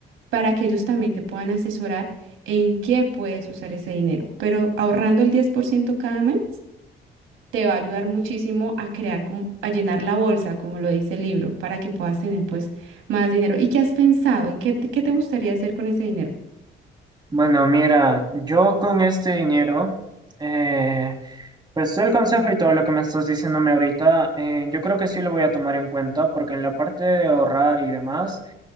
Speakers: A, on the right; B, on the right.
A: para que ellos también te puedan asesorar en qué puedes usar ese dinero. Pero ahorrando el 10% cada mes te va a ayudar muchísimo a crear, como, a llenar la bolsa, como lo dice el libro, para que puedas tener pues más dinero. ¿Y qué has pensado? ¿En qué te, qué te gustaría hacer con ese dinero?
B: Bueno, mira, yo con este dinero, eh, pues todo el consejo y todo lo que me estás diciéndome ahorita, eh, yo creo que sí lo voy a tomar en cuenta porque en la parte de ahorrar y demás.